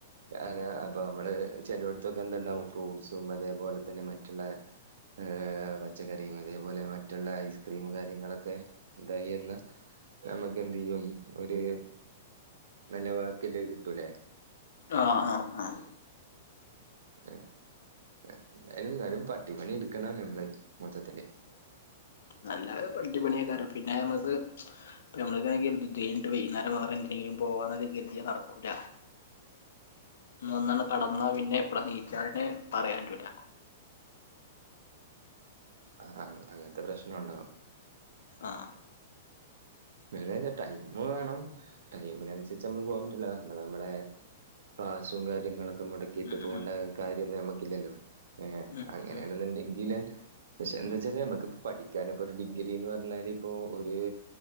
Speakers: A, on the right; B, on the left.
A: <unintelligible> അപ്പൊനമ്മള് ചെലോട്ത്തൊക്കെന്തുണ്ടാവും ഫ്രൂട്സ്സും അതേപോലെതന്നെ മറ്റുള്ള എഹ് പച്ചക്കറിയും അതേപോലെ മറ്റുള്ള ഐസ്ക്രീംമ്മുംകാര്യങ്ങളൊക്കെ. ന്തായിയെന്ന് നമ്മുക്ക്ന്ത്യ്യും ഒരു- നല്ല വാക്ക്ള്ളത് കിട്ടൂലേ
B: ആഹ് ആഹ് ആഹ്
A: എഹ് ഏഹ് എന്തായാലും എന്നാലും പട്ടിപണി എടുക്കണം നമ്മള് മൊത്തത്തില്.
B: നല്ലാ പട്ടിപണിയ്കാരം പിന്നെ നമ്മക്ക്, ഇപ്പ നമ്മളൊക്കേണങ്കിൽ, ഇതേയ്ഞ്ഞിട്ട് വൈകുന്നേരം വേറെ എന്തിനങ്കിലും പോവാന്നൊക്കെ കരുതിയ നടക്കൂല. ഇന്ന് വന്നണ്ട് കടന്നാ പിന്നെ എപ്പള നീചാണ് പറയാറ്റൂല
A: ആഹ് ആഹ് അങ്ങനത്തെ പ്രശ്നം ഉണ്ടാവും
B: ആഹ
A: <unintelligible> ടൈമ് വേണം ടൈമിനനുസരിച്ച് നമ്മള് പോകൻ പറ്റൂല നമ്മള നമ്മെളെ ക്ലാസ്സും കാര്യങ്ങളൊക്കെ മുടക്കിയിട്ട്
B: ഉം
A: പോണ്ട
B: ഉം
A: കാര്യന്നും നമ്മക്കില്ലല്ലോ ഏ
B: ഉം
A: അങ്ങനെയാണെന്ന്
B: ഉം
A: ണ്ടങ്കില്, പക്ഷെ എന്താ വച്ചാല്, നമക്കിപ്പോ പഠിക്കാന് ഇപ്പോ ഒരു ഡിഗ്രിന്ന് പറഞ്ഞാല്, ഇപ്പോ ഒര്